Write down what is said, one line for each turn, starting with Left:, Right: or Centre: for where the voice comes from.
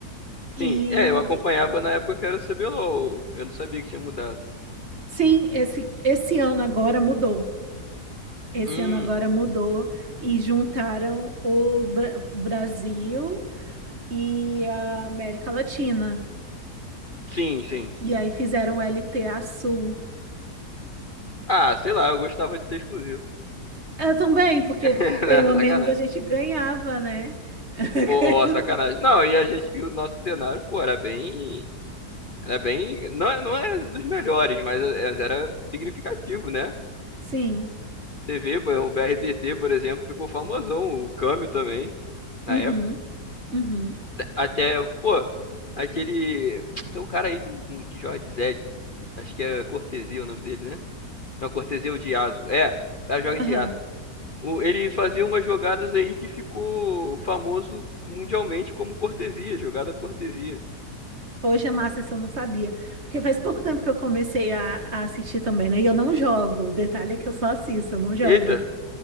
Right: e
Left: Sim, é, eu acompanhava
Right: do-
Left: na época que era o CBLOL, eu não sabia que tinha mudado.
Right: sim, esse, esse ano agora mudou. Esse
Left: Hum,
Right: ano agora mudou e juntaram o Bra- Brasil e a América Latina.
Left: sim, sim.
Right: E aí fizeram LTA Sul.
Left: Ah, sei lá, eu gostava de ser exclusivo.
Right: Eu também, porque
Left: <laughs>
Right: pelo
Left: Não, sacanagem.
Right: menos a gente ganhava, né? <laughs>
Left: Pô, ó,
Right: Coisa-
Left: sacanagem. Não, e a gente, e o nosso cenário, pô, era bem, era bem, não, é- não é dos melhores, mas é- era significativo, né?
Right: Sim.
Left: Você vê, pô, o BRTT, por exemplo, ficou famosão, o Câmbio também, na
Right: Uhum,
Left: época.
Right: uhum,
Left: Até, até, pô, aquele, tem um cara aí do um, que joga de Zed, acho que é Cortesia o nome dele, né? Não, Cortesia é o de Yasuo, é, o cara joga de
Right: aham.
Left: Yasuo. O- Ele fazia umas jogadas aí que ficou famoso mundialmente como cortesia, jogada cortesia.
Right: Poxa, massa, isso eu não sabia. Porque faz pouco tempo que eu comecei a, a assistir também, né? E eu não jogo. O detalhe é que eu só assisto, eu não jogo.
Left: Eita,